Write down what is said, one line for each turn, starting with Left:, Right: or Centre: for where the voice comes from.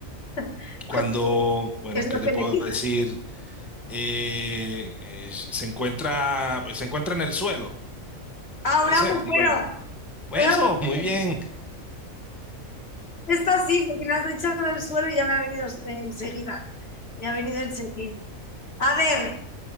Left: <laughs>
Centre: cuando, bueno,
Left: ¿qué es
Centre: ¿qué
Left: lo
Centre: le
Left: que
Centre: puedo
Left: le quitas?
Centre: decir? Eh, eh, se encuentra, se encuentra en el suelo,
Left: Ah,
Centre: puede
Left: un agujero,
Centre: ser, digo yo. Huefo,
Left: un agujero.
Centre: muy bien,
Left: Esta sí, porque me has echado del suelo y ya me ha venido eh, enseguida. Me ha venido enseguida. A ver,